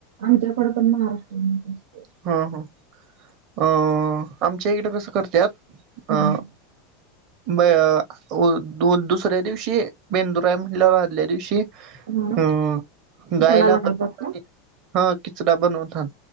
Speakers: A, on the right; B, on the right.
A: आमच्याकडे पण महाराष्ट्रीयनच अस
B: हा हा, अ आमच्या इकडें कसं करत्यात
A: हा
B: अ ब अ दु दुसऱ्या दिवशी बेंदूर आहे म्हणल्यावर आदल्या दिवशी,
A: हा
B: अं
A: खिचडा
B: गायला
A: बनवतात
B: <unintelligible>
A: का?
B: हा किचडा बनवथान.